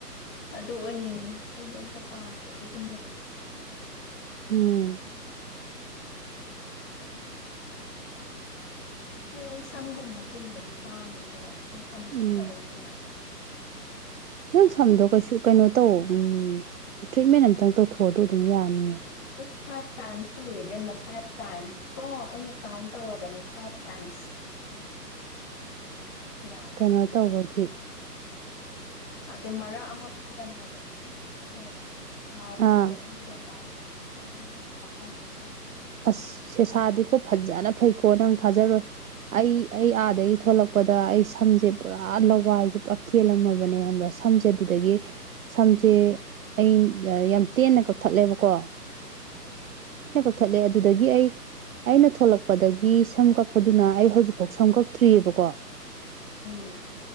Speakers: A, on the left (about 20°); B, on the right (about 60°).
A: ꯑꯗꯨ ꯑꯣꯏꯅꯤꯡꯉꯦ ꯑꯩꯗꯤ ꯑꯝꯇ ꯄꯥꯝꯗꯦ ꯑꯗꯨꯒꯨꯝꯕꯗꯣ
B: ꯎꯝ
A: ꯍꯣꯏ ꯑꯩ ꯁꯝꯒꯨꯝꯕ ꯇꯤꯡꯕꯗꯤ ꯄꯥꯝꯃꯦꯀꯣ ꯈꯣꯏ ꯁꯝ ꯐꯠꯇꯕꯅꯤꯅ
B: ꯎꯝ ꯅꯪ ꯁꯝꯗꯣ ꯀꯩꯁꯨ ꯀꯩꯅꯣꯇꯧ ꯎꯝ ꯇ꯭ꯔꯤꯠꯃꯦꯟ ꯑꯝꯇꯪ ꯇꯧꯊꯣꯛꯑꯣ ꯑꯗꯣ ꯑꯗꯨꯝ ꯌꯥꯅꯤꯌꯦ
A: ꯑꯁ ꯐꯥꯏꯚ ꯇꯥꯏꯝꯁ ꯁꯨꯔꯦ ꯏꯕꯦꯃ ꯐꯥꯏꯚ ꯇꯥꯏꯝꯁ ꯀꯣ ꯑꯩꯅ ꯀꯥꯎꯟ ꯇꯧꯔꯕꯅꯤ ꯐꯥꯏꯚ ꯇꯥꯏꯝꯁ <inaudible> ꯌꯥꯗꯦ
B: ꯀꯅꯣ ꯇꯧꯕꯒꯤ
A: ꯑꯗꯩ ꯃꯔꯛ ꯑꯃ ꯐꯔꯝꯃꯕꯅꯦ ꯍꯟꯇꯛꯁꯦ ꯊꯥꯎ
B: ꯑꯥ
A: ꯏ ꯇꯩꯕꯤꯗꯕ ꯑꯗꯒꯤ ꯑꯩꯅ ꯅꯍꯥꯟ ꯆꯥꯛꯀꯧꯕ ꯆꯠ
B: ꯑꯁ ꯁꯦꯁꯥꯗꯤꯀꯣ ꯐꯖꯅ ꯐꯩꯀꯣ ꯅꯪ ꯊꯥꯖꯔꯣꯏ ꯑꯩ ꯑꯩ ꯑꯥꯗꯒꯤ ꯊꯣꯛꯂꯛꯄꯗ ꯑꯩ ꯁ ꯁꯝꯖꯦ ꯄꯨꯔꯥ ꯂꯋꯥꯏꯖꯦ ꯄꯨꯔꯥ ꯀꯦꯜꯂꯝꯃꯕꯅꯦ ꯈꯪꯕ꯭ꯔꯥ ꯁꯝꯖꯦ ꯑꯗꯨꯗꯒꯤ ꯁꯝꯖꯦ ꯑꯩ ꯗ ꯌꯥꯝ ꯇꯦꯟꯅ ꯀꯛꯊꯠꯂꯦꯕꯀꯣ
A: ꯎꯝ
B: ꯊꯠꯂꯦ ꯑꯗꯨꯗꯒꯤ ꯑꯩ ꯑꯩꯅ ꯊꯣꯛꯂꯛꯄꯗꯒꯤ ꯁꯝ ꯀꯛꯄꯗꯨꯅ ꯑꯩ ꯍꯧꯖꯤꯛꯐꯧ ꯁꯝ ꯀꯛꯇ꯭ꯔꯤ ꯌꯦꯕꯀꯣ
A: ꯎꯝ